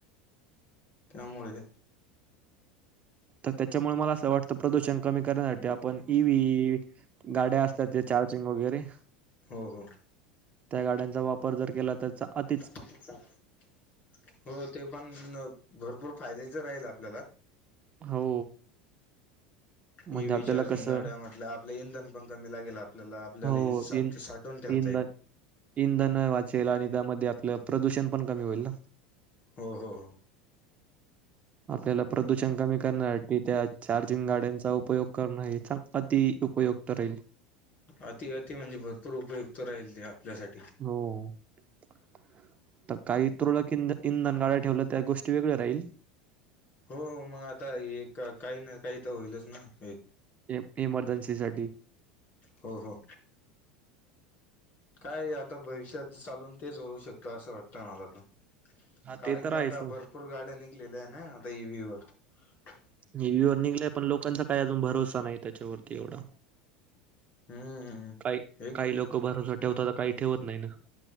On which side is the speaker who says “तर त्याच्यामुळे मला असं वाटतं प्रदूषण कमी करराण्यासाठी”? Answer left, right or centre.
Right